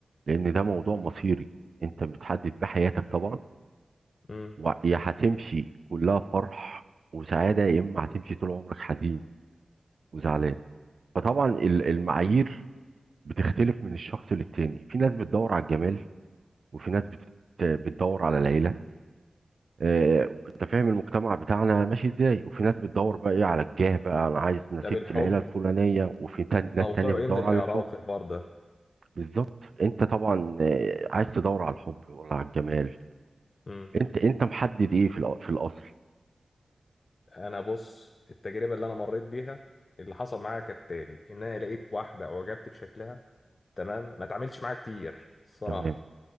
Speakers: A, on the right; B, on the left.
A: لأن ده موضوع مصيري أنت بتحدد بيه حياتك طبعا
B: امم
A: ويا هتمشي كلها فرح وسعادة يا إما هتمشي طول عمرك حزين وزعلان فطبعا ال- المعايير بتختلف من الشخص للتاني في ناس بتدور على الجمال وفي ناس بت- بتدور على العيلة آه، أنت فاهم المجتمع بتاعنا ماشي إزاي وفي ناس بتدور بقى إيه على الجاه بقى أنا عايز نسيبة
B: ده بالحب
A: العيلة الفلانية وفي تان- ناس
B: موقعه
A: تانية بتدور
B: ايه من الاعراب
A: على الحب
B: في الحوار ده
A: بالظبط انت طبعا آه، عايز تدور على الحب ولا على الجمال
B: امم
A: انت انت محدد ايه في الأ- في الاصل
B: انا بص التجربة اللي انا مريت بيها اللي حصل معايا كالتالي ان انا لقيت واحدة اعجبت بشكلها تمام ما اتعاملتش معاها كتير الصراحة
A: تمام